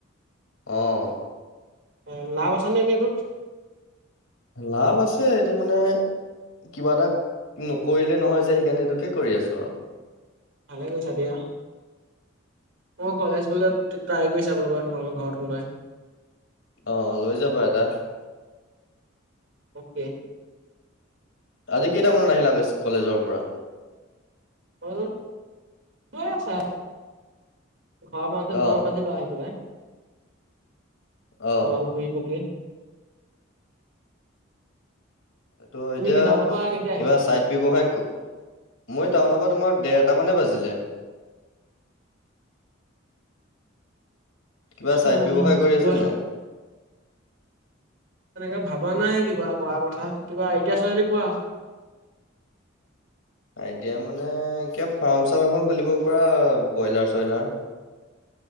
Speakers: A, on the left; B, on the right.
A: অ'।
B: অ' লাভ আছ নাই নাইটোত?
A: লাভ আছে এইটো মানে কিবা এটা নকৰিলে নহয় যে সেইকাৰণে এইটোকে কৰি আছো আৰু।
B: ভালে গৈছে দিয়া। অই কলেজ গলে ট্ৰাই কৰি চা ৰবা তোমালোকৰ ঘৰত সোমাই।
A: অ' লৈ যাব এটা।
B: অ'কে।
A: আজি কেইটামানত আহিলা আ কলেজৰ পৰা?
B: আছা ঘৰ পতে দুটামান
A: অ
B: বাজি লৈ আহি পেলাই।
A: অ
B: অকমান ঘূৰি পকি।
A: এইটো
B: তুমি
A: এতিয়া
B: কি টাউনৰ পৰা কেতিয়া
A: কিবা
B: আহিলা?
A: আ ছাইট ব্যৱসায় মই টাউনৰ পৰা তোমাৰ দেৰটা মানে বাজিলে। কিবা চাইড
B: অ'
A: ব্যৱসায় কৰি আছে
B: কোৱা?
A: নাই
B: এনেকে ভবা নাই কিবা ক কথা কিবা এইডিয়া আছে যদি কোৱা।
A: এইতিয়া মানে কিয় ফাৰ্ম চাৰ্ম এখন খুলিব পৰা ব্ৰইলাৰ চইলাৰ।